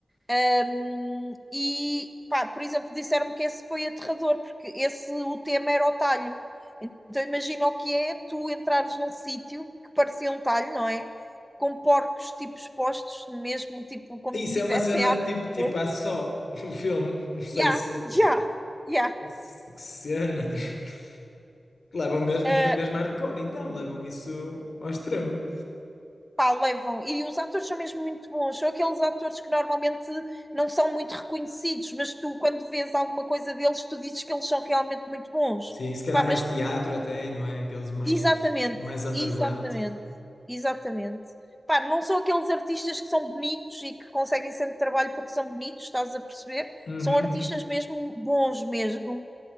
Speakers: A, in the centre; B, on the left.
A: Um, e, pá, por exemplo, disseram-me que esse foi aterrador, porque esse, o tema era o talho. Então imagina o que é tu entrares num sítio que parecia um talho, não é? Com porcos, tipo, expostos, mesmo, tipo, como
B: Isso
A: se estivessem
B: é uma cena
A: a abrir
B: tipo,
A: o
B: tipo
A: porco.
B: há só <laughs> no filme. Não sei
A: Ya,
B: se...
A: ya, ya.
B: se- Que cena. <laughs> Levam mesmo,
A: Uh,
B: é mesmo hardcore, então, levam isso ao extremo.
A: pá, levam. E os atores são mesmo muito bons. São aqueles atores que normalmente não são muito reconhecidos, mas tu, quando vês alguma coisa deles, tu dizes que eles são realmente muito bons.
B: Sim, se calhar
A: Pá, mas
B: mais teatro até, não é? Aqueles mais,
A: Exatamente,
B: mais underground.
A: exatamente, exatamente. Pá, não são aqueles artistas que são bonitos e que conseguem sempre trabalho porque são bonitos, estás a perceber?
B: Uhum.
A: São artistas mesmo bons mesmo.